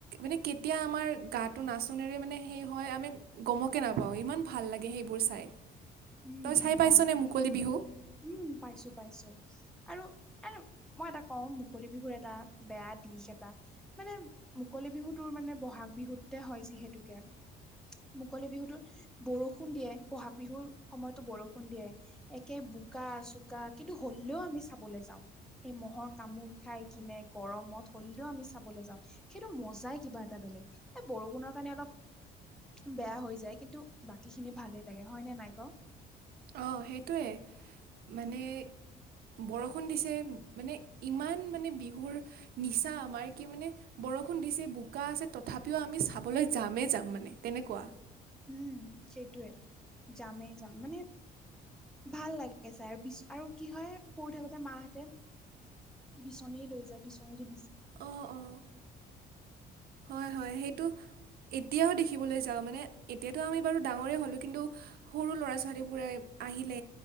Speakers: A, on the right; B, in the centre.
A: মানে কেতিয়া আমাৰ গাটো নাচোনেৰে মানে সেই হয় আমি গমকে নাপাওঁ ইমান ভাল লাগে সেইবোৰ চাই
B: উম
A: তই চাই পাইছনে
B: হয় কিন্তু।
A: মুকলি বিহু
B: উম পাইছো পাইছো আৰু এ মই এটা কওঁ মুকলি বিহুৰ এটা বেয়া দিশ এটা মানে মুকলি বিহু তোৰ মানে বহাগ বিহুতে হয় যিহেতুকে মুকলি বিহুতত বৰষুণ দিয়ে বহাগ বিহুৰ সময়ত। বৰষুণ দিয়ে একে বোকা চোকা কিন্তু হলেও আমি চাবলৈ যাওঁ সেই মহ'ৰ কামোোৰ খাই কিনে গৰমত হললেও আমি চাবলৈ যাওঁ সেইটো মজাই কিবা এটা বেলেগ এ বৰষুণৰ কাৰণে অলপ বেয়া হৈ যায় কিন্তু বাকী খিনি ভালেই লাগে হয় নে নাই ক
A: অ', সেইটোৱে মানে বৰষুণ দিছে মানে ইমান মানে বিহুৰ নিচা আমাৰ কি মানে বৰষুণ দিছে বোকা আছে তথাপিও আমি চাবলৈ যামেই যাম মানে তেনেকুৱা
B: উম সেইটয়ে যামেই যাম মানে ভাল লাগে ছাৰ আৰু কি হয় সৰু থাকোতে মাহঁতে বিচনী লৈ যায় বিচনীৰে
A: অ', অ', হয় হয় সেইটো এতিয়াও দেখিবলৈ যাওঁ মানে এতিয়াতো আমি বাৰু ডাঙৰেই হ'লোঁ কিন্তু সৰু ল'ৰা ছোৱালীবোৰে আহিলে